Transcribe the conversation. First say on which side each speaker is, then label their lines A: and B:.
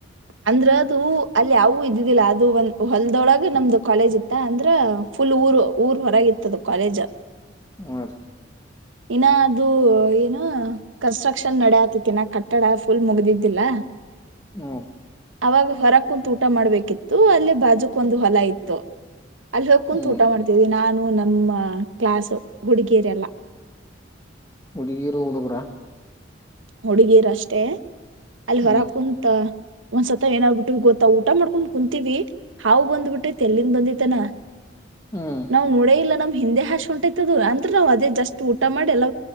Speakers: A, on the right (about 80°); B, on the left (about 20°).
A: ಅಂದ್ರ ಅದು ಅಲ್ಲಿ ಯೂ ಇದ್ದಿದ್ದಿಲ್ಲಾ ಅದು ಒಂದ್ ಹೊಲ್ದೊಳಗೆ ನಮ್ದು ಕಾಲೇಜ್ ಇತ್ತ ಅಂದ್ರ ಫುಲ್ ಊರು ಊರ್ ಹೊರಗ ಇತ್ತದು ಕಾಲೇಜ
B: ಹ
A: ಇನ್ನ ಅದು ಏನು ಕನ್ಸ್ಟ್ರಕ್ಷನ್ ನಡ ಆತತಿಿನ ಕಟ್ಟಡ ಫುಲ್ ಮುಗ್ದಿದ್ದಿಲ್ಲ
B: ಹ್ಮ
A: ಅವಾಗ ಹೊರ ಕುಂತತ್ ಊಟ ಮಾಡ್ಬೇಕಿತ್ತು ಅಲ್ಲಿ ಬಾಜುಕ್ ಒಂದು ಹೊಲ ಇತ್ತು ಅಲ್ಲಿ ಹೋಗ ಕುಂತು
B: ಹ್ಮ್
A: ಊಟ ಮಾಡ್ತಿದ್ವಿ ನಾನು ನಮ್ಮ ಕ್ಲಾಸ್ ಹುಡುಗಿಯರೆ ಎಲ್ಲ
B: ಹುಡಗೀರು ಹುಡುಗರ
A: ಹುಡುಗೀರಷ್ಟೇ ಅಲ್ಲಿ
B: ಹ್ಮ್
A: ಹೊರ ಕುಂತ. ಒಂದ್ಸತ ಏನಾಗ್ಬಿಟ್ಟು ಗೊತ್ತ ಊಟ ಮಾಡ್ಕೊಂಡ್ ಕುಂತೀವಿ ಹಾವು ಬಂದ್ಬಿಟ್ಟೆ ತಲ್ಲಿಂದ ಬಂದಿತನ.
B: ಹ್ಮ್
A: ನಾವ್ ನೋಡೇ ಇಲ್ಲ ನಮ್ ಹಿಂದೆ ಹಾಶ ಉಂಟೈತದ ಅಂದ್ರೆ ನಾವು ಅದೇ ಜಸ್ಟ್ ಊಟ ಮಾಡಿ ಎಲ್ಲ